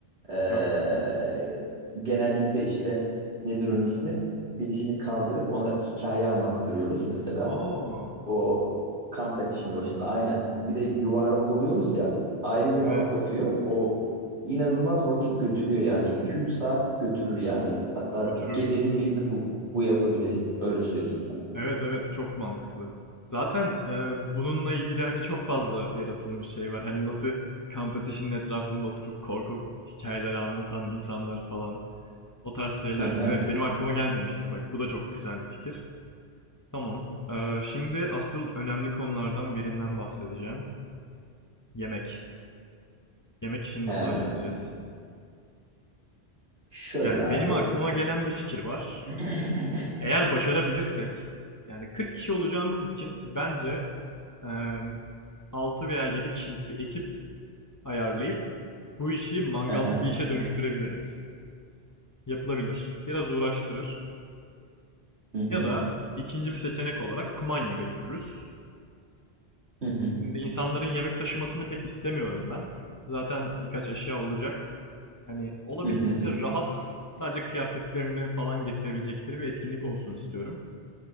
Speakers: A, on the right (about 75°); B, on the left (about 20°).
A: Ee,
B: Ha.
A: genellikle işte nedir onun ismi? Birisini kaldırıp ona hikaye anlattırıyoruz mesela.
B: Aa,
A: O kamp ateşinin başında aynen. Bir de yuvarlak oluyoruz ya. Ayrı bir hava
B: evet
A: katıyor. O inanılmaz vakit götürüyor yani. 2 üç saat götürür yani. Hatta
B: götürür.
A: gecenin birini bu, bu yapabilirsin. Öyle söyleyeyim sana.
B: Evet, evet, çok mantıklı. Zaten, eee, bununla ilgili, hani, çok fazla yaratılmış şey var. Hani, nasıl kamp ateşinin etrafında oturup korku hikayeleri anlatan insanlar falan, o tarz şeyler.
A: Hı hı.
B: Evet, benim aklıma gelmemişti bak. Bu da çok güzel bir fikir. Tamam. Eee, şimdi asıl önemli konulardan birinden bahsedeceğim. Yemek. Yemek işini
A: He.
B: nasıl halledeceğiz?
A: Şöyle
B: Yani,
A: abi.
B: benim aklıma gelen bir fikir var.
A: <clears throat>
B: Eğer başarabilirsek yani 40 kişi olacağımız için bence eee 6 veya 7 kişilik bir ekip ayarlayıp bu işi mangallı
A: Hı hı.
B: bir işe dönüştürebiliriz. Yapılabilir. Biraz uğraştırır.
A: Hı hı.
B: Ya da ikinci bir seçenek olarak kumanya götürürüz.
A: Hı hı.
B: Şimdi insanların yemek taşımasını pek istemiyorum ben. Zaten birkaç eşya olacak. Yani olabildiğince
A: Hı hı.
B: rahat sadece kıyafetlerini falan getirebilecekleri bir etkinlik olsun istiyorum.